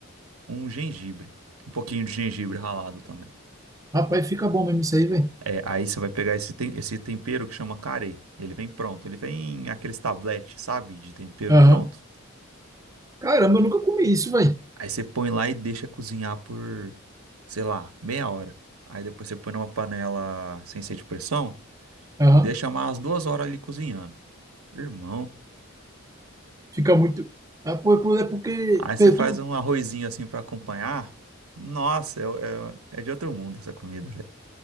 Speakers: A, on the right (about 80°); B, on the right (about 15°).
A: um gengibre, um pouquinho de gengibre ralado também.
B: Rapaz, fica bom mesmo isso aí, velho.
A: É, aí você vai pegar esse, tem- esse tempero que chama carê. Ele vem pronto, ele vem em aqueles tabletes, sabe? De tempero
B: Aham.
A: pronto.
B: Caramba, eu nunca comi isso, velho.
A: Aí você põe lá e deixa cozinhar por, sei lá, meia hora. Aí depois você põe numa panela sem ser de pressão
B: Aham.
A: e deixa mais duas horas ali cozinhando. Irmão.
B: Fica muito. Ah, pô, pô, É porque,
A: Aí você
B: vê,
A: faz
B: tu,
A: um arrozinho assim pra acompanhar. Nossa, é, é, é de outro mundo essa comida, velho.